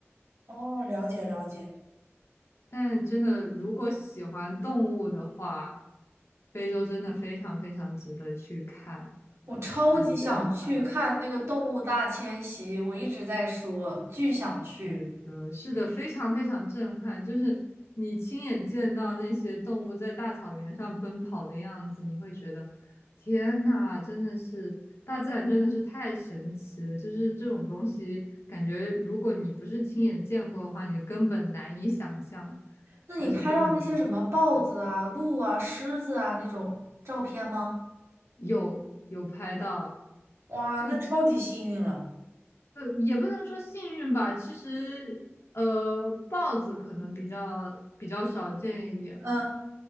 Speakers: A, on the right; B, on the left.
A: 哦，了解了解。
B: 但真的，如果喜欢动物的话，非洲真的非常非常值得去看，
A: 我超级想去看那个动物大迁徙，
B: 很震撼。
A: 我一直在说，巨想去。
B: 是的，是的，非常非常震撼。就是你亲眼见到那些动物在大草原上奔跑的样子，你会觉得，天呐，真的是大自然真的是太神奇了。就是这种东西，感觉如果你不是亲眼见过的话，你根本难以想象
A: 那你拍到那些什么豹子啊、
B: 它是这么一个景象。
A: 鹿啊、狮子啊那种照片吗？
B: 有有拍到，
A: 哇，
B: 就就
A: 那超级幸运了。
B: 也不能说幸运吧。其实，呃，豹子可能比较比较少见一点，
A: 嗯，